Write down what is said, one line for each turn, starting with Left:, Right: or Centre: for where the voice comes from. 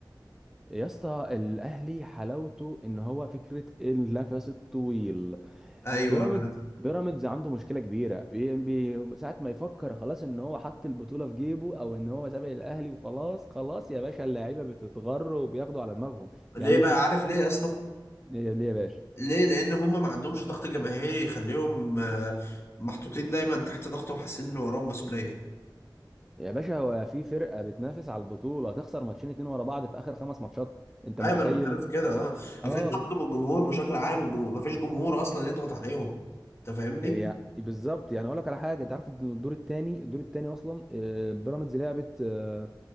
Centre: يا اسطى الاهلي حلاوته ان هو فكره النفس الطويل
Left: ايوه
Centre: بيراميدز بيراميدز عنده مشكله كبيره بي... بي... ساعه ما يفكر خلاص ان هو حط البطوله في جيبه او ان هو سابق الاهلي وخلاص خلاص يا باشا اللعيبه بتتغر وبياخدوا على دماغهم
Left: ليه
Centre: يعني
Left: بقى
Centre: في
Left: عارف ليه يا اسطى
Centre: ليه ليه يا باشا
Left: ليه لان هم ما عندهمش ضغط جماهيري يخليهم آه، محطوطين دايما تحت ضغط وحاسين ان وراهم مسؤوليه
Centre: يا باشا هو في فرقه بتنافس على البطوله تخسر ماتشين اتنين ورا بعض في اخر خمس ماتشات انت
Left: ايوه
Centre: متخيل
Left: ما انا بتكلم في كده اه
Centre: اه
Left: مفيش ضغط من الجمهور بشكل عام الجمهور مفيش جمهور اصلا يضغط عليهم انت فاهمني
Centre: يعني بالظبط يعني اقول لك على حاجه انت عارف إن الدور الثاني الدور الثاني اصلا آه، بيراميدز لعبت آه،